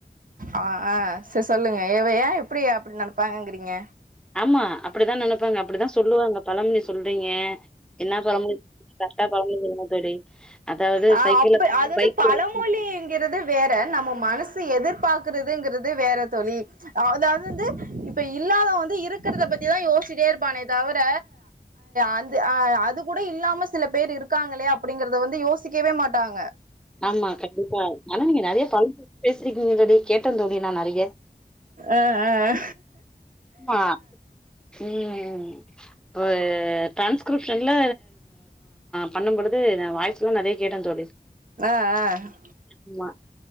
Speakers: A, on the right; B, in the centre.
A: ஆ ஆ சரி சொல்லுங்க எவையா எப்படி அப்படி நினைப்பாங்கங்கிறீங்க
B: ஆமா அப்படிதா நினைப்பாங்க அப்படிதா சொல்லுவாங்க பழமொழி சொல்றீங்க என்ன பழமொழி கரெக்ட் பழமொழி சொல்லுங்க தோழி அதாவது
A: ஆ
B: சைக்கிள்ல
A: அப்ப
B: போறவ
A: அது வந்து
B: பைக்ல
A: பழமொழி
B: இடிச்சுக்கும்.
A: ங்கிறது வேற நம்ம மனசு எதிர்பார்க்கறதுங்கிறது வேற தோழி அதாவது வந்து இப்ப இல்லாத வந்து இருக்கிறத பத்திதா யோசிட்டே இருப்பானே தவிர அந்த அது கூட இல்லாம சில பேர் இருக்காங்களே அப்படிங்கறத வந்து யோசிக்கவே மாட்டாங்க
B: ஆமா கண்டிப்பா ஆனா நீங்க நறைய பழமொழி பேசறக்கீங் தோழி கேட்ட தோழி நா நறைய
A: ஆ ஆ
B: ஆமா ம் இப்ப ட்ரான்ஸ் கிரிப்ஷனில் பண்ணும்பொழுது வாய்ஸ்லா நறைய கேட்டே தோழி
A: ஆ அ
B: ஆமா